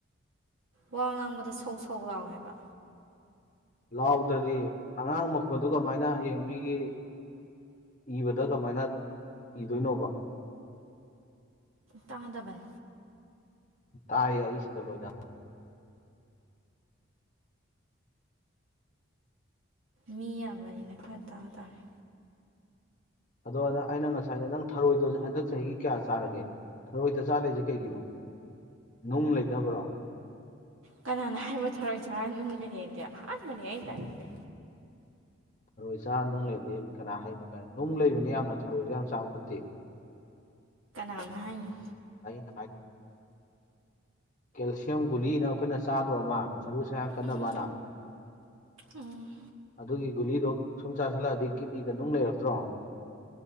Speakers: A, on the right (about 75°); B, on the left (about 40°).
A: ꯋꯥ ꯉꯥꯡꯕꯗ ꯁꯧ ꯁꯧ ꯂꯎꯋꯦꯕ
B: ꯂꯥꯎꯗ꯭ꯔꯗꯤ ꯑꯉꯥꯡ ꯃꯈꯣꯟꯗꯨ ꯀꯃꯥꯏꯅ ꯌꯦꯌꯦꯡ ꯃꯤꯒꯤ ꯏꯕꯗ ꯀꯃꯥꯏꯅ ꯏꯗꯣꯏꯅꯣꯕ
A: ꯇꯥꯗꯕꯟ
B: ꯇꯥꯏꯌꯦ ꯑꯩ ꯁꯤꯗ ꯂꯣꯏꯗꯅ
A: ꯃꯤ ꯌꯥꯝꯕꯅꯤꯅ ꯈꯔ ꯇꯥ ꯇꯥꯔꯦ
B: ꯑꯗꯣꯪ ꯑꯩꯅ ꯉꯁꯥꯏ ꯅꯪ ꯊꯔꯣꯏꯗꯣ ꯍꯟꯗꯛ ꯆꯍꯤꯒꯤ ꯀꯌꯥ ꯆꯥꯔꯒꯦ ꯊꯔꯣꯏ ꯆꯆꯥꯗꯁꯦ ꯀꯩꯒꯤꯅꯣ ꯅꯨꯡ ꯂꯩꯇꯅꯕ꯭ꯔꯣ
A: ꯀꯅꯥꯅ ꯍꯥꯏꯕ ꯊꯔꯣꯏ ꯆꯥꯔ ꯅꯨꯡ ꯂꯩꯒꯦꯗꯤ ꯑꯍꯥꯟꯕꯅꯦ ꯑꯩ ꯇꯥꯛꯏꯁꯦ
B: ꯊꯔꯣꯏ ꯆꯥꯔ ꯅꯨꯡ ꯂꯩꯗꯤ ꯀꯅꯥ ꯍꯥꯏꯕ ꯀꯥꯏ ꯅꯨꯡ ꯂꯩꯕꯅꯤ ꯌꯥꯝꯅ ꯊꯔꯣꯏꯁꯨ ꯌꯥꯝ ꯆꯥꯕ ꯐꯠꯇꯦ <unintelligible>
A: ꯑꯉꯥꯏꯅ
B: ꯑꯩꯅ ꯀꯦꯜꯁꯤꯌꯝ ꯒꯨꯂꯤꯅ ꯑꯩꯈꯣꯏꯅ ꯆꯥꯗ꯭ꯔꯣꯃ ꯁꯔꯨ ꯁꯔꯥꯡ ꯀꯟꯅꯅꯕꯅ
A: ꯎꯝ ꯎꯝ
B: ꯑꯗꯨꯒꯤ ꯒꯨꯂꯤꯗꯣ ꯁꯨꯝ ꯆꯥꯥꯁꯜꯂꯛꯑꯗꯤ ꯀꯤꯗꯅꯤꯗ ꯅꯨꯡ ꯂꯩꯔꯛꯇ꯭ꯔꯣ